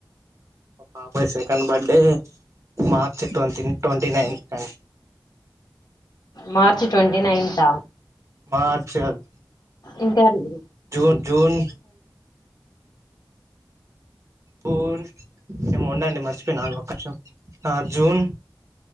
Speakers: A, on the right; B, on the left.
A: పాపది second birthday March ట్వంటీన్ twenty nine కన్
B: మార్చ్ ట్వంటీ నైన్తా
A: మార్చ్ గాద్
B: ఇంకా అండి
A: జూన్ జూన్ జూన్ ఏమో ఉండే అండి మర్చిపోయిన ఆగు ఒక్క నిమిషం ఆ జూన్